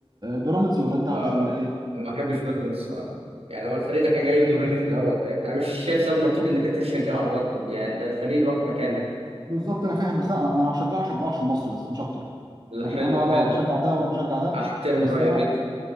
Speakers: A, on the right; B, on the right.
A: بيراميدز ولا انت
B: اه
A: عشان ايه
B: ما بحبش بيراميدز الصراحه يعني هو الفريق ده كان جاي يضرني في الاول فاهم انا مش شايف سبب منطقي انك انت تشجعه برضه يعني ده الفريق اللي واخد مكانك
A: بالظبط انا فاهم بس انا انا لو هشجعه هشجعه عشان مصر بس مش اكتر
B: لا
A: لكن
B: حلو
A: انا ولا
B: حلو
A: بشجع ده ولا بشجع ده
B: احترم
A: بس
B: رايك
A: انا
B: جدا